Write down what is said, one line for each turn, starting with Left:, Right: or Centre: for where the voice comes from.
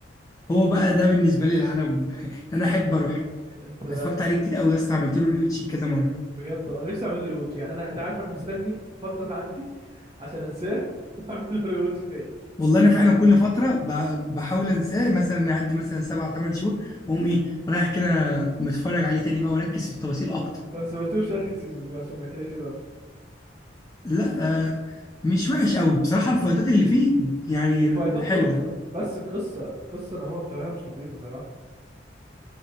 Left: هو بقى ده بالنسبه لي العالم <laughs> انا احب اروح له
Right: انت
Left: اتفرجت عليه كتير قوي يا اسطى عملت له ريوتشي كذا مره
Right: بجد انا نفسي اعمل له ريواتش يعني انا انت عارف انا مستني فترة تعدي عشان انساه <laughs> واعمل له ريواتش تاني
Left: والله انا فعلا كل فتره ب- بحاول انساه مثلا يعدي مثلا سبع ثمان شهور واقوم ايه رايح كده متفرج عليه تاني بقى واركز في التفاصيل اكتر
Right: بس ما تشوفش اخر سيزون عشان ما يتحرقش دم
Left: لا آه، مش وحش قوي بصراحه الفايدات اللي فيه يعني
Right: الفايتات
Left: حلوه
Right: تحفة بس القصة القصة نوعها بطريقة مش لطيفة صراحة